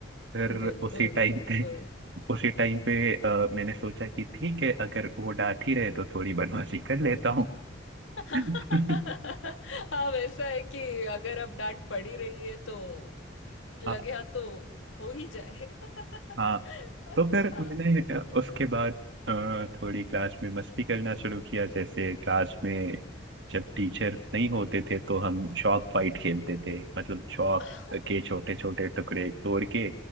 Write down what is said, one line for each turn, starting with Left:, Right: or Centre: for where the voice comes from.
Right: फिर
Left: बिल्कुल
Right: उसी टाइम
Left: बिल्कुल
Right: पे उसी टाइम पे अ, मैंने सोचा कि ठीक है अगर वो डांट ही रहे तो थोड़ी बदमाशी कर लेता हूँ
Left: <laughs>
Right: <laughs>
Left: हाँ वैसा है कि अगर अब डांट पड़ी रही है तो लगे
Right: हाँ
Left: हाथ तो हो ही जाए <laughs>
Right: हाँ
Left: अच्छा
Right: तो फिर मैंने अ, उसके बाद अ, थोड़ी क्लास में मस्ती करना शुरू किया जैसे क्लास में जब टीचर नहीं होते थे तो हम चॉक फाइट खेलते थे मतलब चॉक
Left: <laughs>
Right: के छोटे छोटे टुकड़े तोड़ के